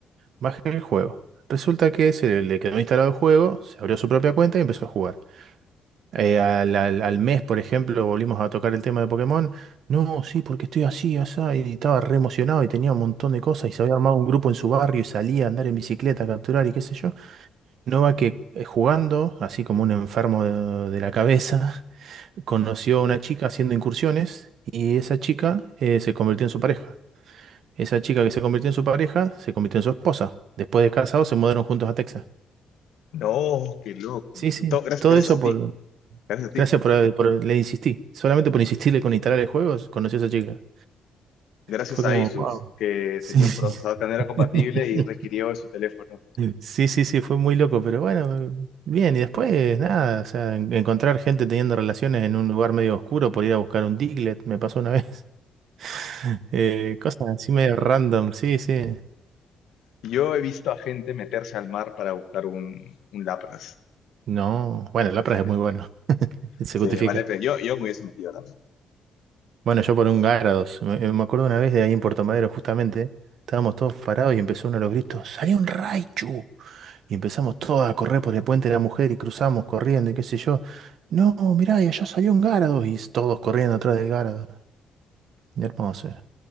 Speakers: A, on the right; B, on the left.
A: Bajé el juego. Resulta que se le quedó instalado el juego, se abrió su propia cuenta y empezó a jugar. Eh, al, al- al mes, por ejemplo, volvimos a tocar el tema de Pokémon. No, sí, porque estoy así, asá. Y estaba re emocionado y tenía un montón de cosas. Y se había armado un grupo en su barrio y salía a andar en bicicleta, a capturar y qué sé yo. No va que eh, jugando, así como un enfermo de, de la cabeza, <laughs> conoció a una chica haciendo incursiones y esa chica eh, se convirtió en su pareja. Esa chica que se convirtió en su pareja se convirtió en su esposa. Después de casados se mudaron juntos a Texas.
B: No, qué loco.
A: Sí, sí,
B: To- gracias,
A: todo
B: gracias
A: eso
B: a
A: por...
B: ti, gracias a ti.
A: Gracias por, por... Le insistí. Solamente por insistirle con instalar el juego, conocí a esa chica.
B: Gracias
A: Fue
B: a
A: como...
B: Asus,
A: Wow.
B: que
A: Sí,
B: tenía
A: sí.
B: un procesador que no era compatible
A: <laughs>
B: y requirió en su teléfono.
A: Sí, sí, sí, fue muy loco, pero bueno, bien, y después nada, o sea, en- encontrar gente teniendo relaciones en un lugar medio oscuro por ir a buscar un Diglett, me pasó una vez. <laughs> Eh, cosas así medio random, sí, sí.
B: Yo he visto a gente meterse al mar para buscar un, un lapras.
A: No, bueno, el Lapras
B: Se,
A: es muy bueno, <laughs> se
B: se
A: justifica.
B: vale la pena. Yo, yo me hubiese metido también.
A: Bueno, yo por un Gárados. Me, eh, me acuerdo una vez de ahí en Puerto Madero, justamente. Estábamos todos parados y empezó uno de los gritos: ¡Salió un Raichu! Y empezamos todos a correr por el puente de la mujer y cruzamos corriendo y qué sé yo. No, mirá, y allá salió un Gárados. Y todos corriendo atrás del Gárados. Hermoso era.